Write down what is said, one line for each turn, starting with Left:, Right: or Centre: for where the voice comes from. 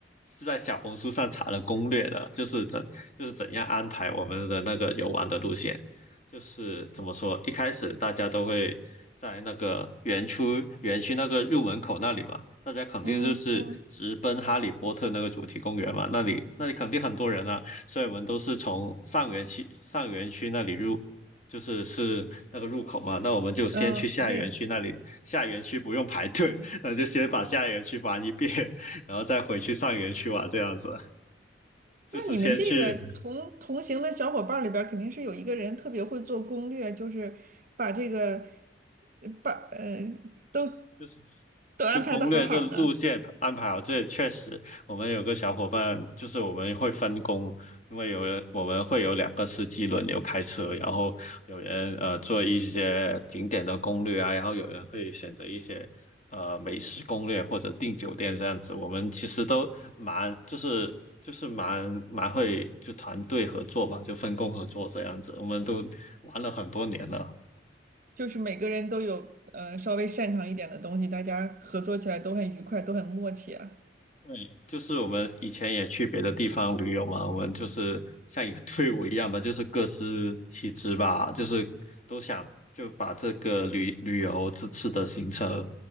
Left: 是在小红书上查了攻略的，就是怎就是怎样安排我们的那个游玩的路线，就是怎么说，一开始大家都会在那个园区园区那个入门口那里嘛，大家肯定就是直奔哈利波特那个主题公园嘛，
Right: 嗯嗯
Left: 那里那里肯定很多人啊，所以我们都是从上园区上园区那里入，就是是那个入口嘛，那我们就先去下园区那里，
Right: 嗯，那
Left: 下园区不用排队，<laughs> 那就先把下园区玩一遍，然后再回去上园区玩，这样子，就是先去。
Right: 那你们这个同同行的小伙伴儿里边儿，肯定是有一个人特别会做攻略，就是把这个把呃。都。
Left: 就是。
Right: 都安排的好好的，
Left: 就攻略这路线安排好，这也确实，我们有个小伙伴，就是我们会分工，因为有人我们会有两个司机轮流开车，然后有人呃做一些景点的攻略啊，然后有人会选择一些呃美食攻略或者订酒店这样子。我们其实都蛮就是就是蛮蛮会就团队合作吧，就分工合作这样子，我们都玩了很多年了。
Right: 就是每个人都有呃稍微擅长一点的东西，大家合作起来都很愉快，都很默契啊。
Left: 对，就是我们以前也去别的地方旅游嘛，我们就是像一个 <laughs> 队伍一样吧，就是各司其职吧，就是都想就把这个旅旅游这次的行程